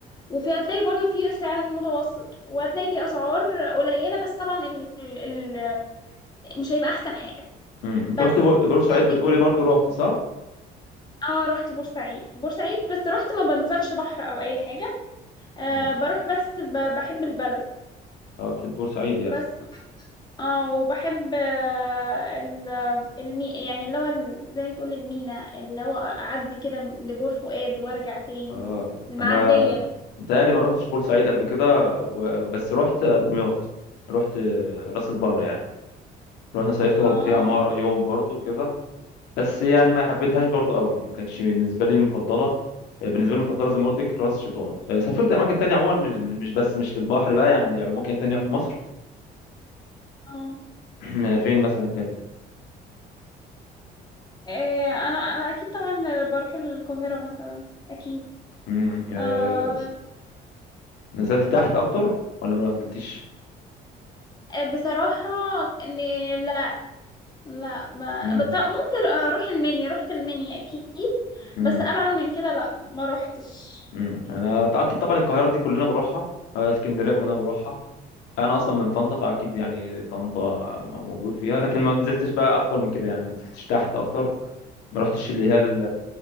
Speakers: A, on the left (about 25°); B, on the left (about 85°).
A: وفي هتلاقي برضو في سعر متوسط وهتلاقي في اسعار قليله بس طبعا ال... ال... مش هيبقى احسن حاجه
B: امم أنت
A: بس
B: رحت بو- بورسعيد
A: في
B: بتقولي برضو روحتي صح؟
A: طبعا اه رحت بورسعيد بورسعيد بس رحت ما بنزلش بحر او اي حاجه آه
B: اه
A: بروح بس ب... بحب البلد
B: اه بتحب بورسعيد يعني
A: بس اه وبحب آه ال... المي... يعني اللي هو ال- زي ما تقول المينا اللي هو اعدي كده لبور فؤاد وارجع تاني
B: اه
A: المعديه
B: أنا متهيألي ما روحتش بورسعيد قبل كده و- بس روحت دمياط روحت راس البر يعني رحنا صيفت
A: اه
B: برضو فيها مرة يوم برضو كده بس يعني ما حبيتهاش
A: مم.
B: برضو قوي يعني ما كانتش بالنسبه لي مفضله آه، بالنسبه لي المفضله زي ما قلت لك راس شيطان آه، سافرت اماكن تانية عموما مش مش بس مش للبحر بقى يعني يعني اماكن تانية في مصر
A: اه
B: <clears throat> فين مثلا تاني
A: إيه انا انا اكيد طبعا بروح القاهرة مثلا اكيد
B: مم. آه،
A: آه
B: نزلت تحت اكتر ولا ما نزلتش
A: إيه، بصراحة ان لا لا ما
B: مم.
A: بط- ممكن اروح المنيا رحت المنيا اكيد
B: مم.
A: بس ابعد من كده لا ما روحتش
B: امم انا طبعاً- اكيد طبعا القاهره دي كلنا بنروحها آه، اسكندريه كلنا بنروحها انا اصلا من طنطا فاكيد يعني طنطا موجود فيها لكن ما نزلتش بقى اكتر من كده يعني ما نزلتش تحت اكتر ما رحتش اللي هي ال-